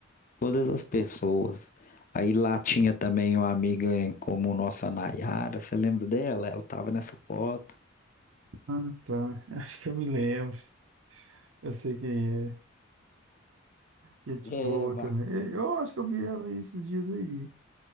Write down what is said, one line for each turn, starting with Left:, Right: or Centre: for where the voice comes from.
Left: todas as pessoas. Aí lá tinha também uma amiga em como nossa Nayara, você lembra dela? Ela estava nessa foto.
Right: Ah, tá. <laughs> Acho que eu me lembro. Eu sei quem é. Gente
Left: É,
Right: boa
Left: bacana.
Right: também. E- Eu acho que eu vi ela aí esses dias aí.